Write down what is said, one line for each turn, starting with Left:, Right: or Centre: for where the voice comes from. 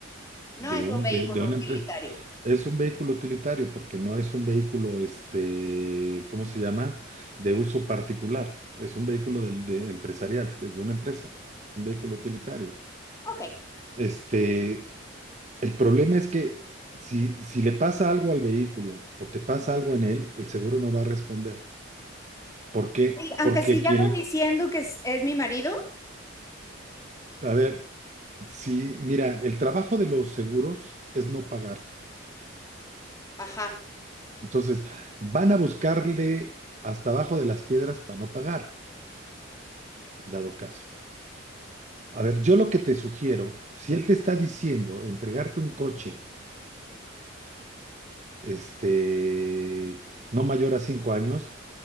Left: No
Right: de
Left: es
Right: un,
Left: un vehículo
Right: de, de una
Left: utilitario.
Right: empresa. Es un vehículo utilitario porque no es un vehículo, este, ¿cómo se llama? De uso particular. Es un vehículo del- de, empresarial, desde una empresa. Un vehículo utilitario.
Left: Ok. Aunque
Right: Este, El problema es que si, si le pasa algo al vehículo o te pasa algo en él, el seguro no va a responder. ¿Por qué?
Left: Aunque
Right: Porque
Left: sigamos
Right: quien,
Left: diciendo que es, es mi marido.
Right: a ver, si, mira, el trabajo de los seguros es no pagar.
Left: Ajá.
Right: Entonces, van a buscarle hasta abajo de las piedras para no pagar, en dado caso. A ver, yo lo que te sugiero, si él te está diciendo entregarte un coche, este, no mayor a cinco años,